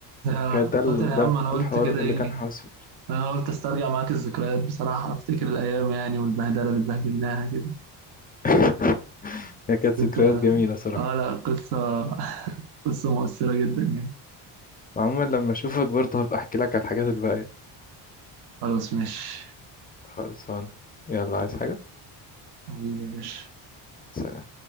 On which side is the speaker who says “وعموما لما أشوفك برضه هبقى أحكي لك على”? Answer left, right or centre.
Left